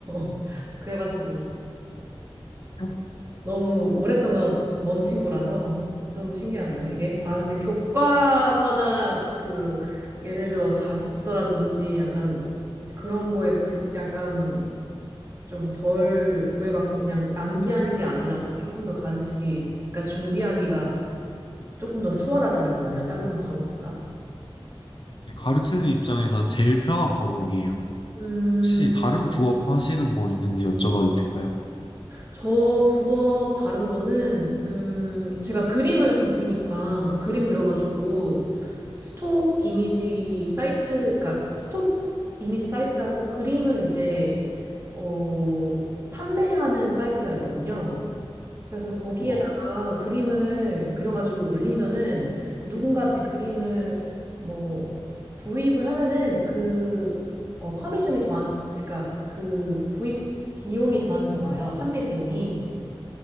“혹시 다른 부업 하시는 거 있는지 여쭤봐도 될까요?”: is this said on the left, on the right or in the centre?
Left